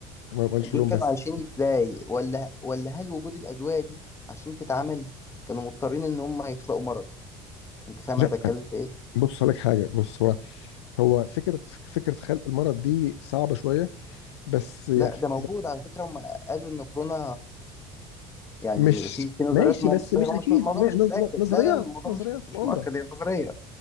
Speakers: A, on the left; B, on the left.
A: ما ما قالش
B: دول
A: كلهم
B: كانوا
A: بس
B: عايشين ازاي ولا ولا هل وجود الادويه دي عشان تتعمل كانوا مضطرين ان هم يخلقوا مرض انت فاهم
A: لا
B: انا بتكلم في ايه
A: بص هقول لك حاجه بص هو هو فكرة فكرة خلق المرض دي صعبة شوية بس يا
B: لا
A: أخي
B: ده موجود على فكره هم قالوا ان كورونا يعني
A: مش
B: في في نظريات
A: ماشي
B: ما
A: بس مش
B: هو
A: أكيد
B: مش الموضوع
A: ن-
B: مش متاكد
A: ن- نظريات
B: لا لا الموضوع
A: نظريات
B: مش مش
A: مؤامرة
B: مؤكد هي نظريه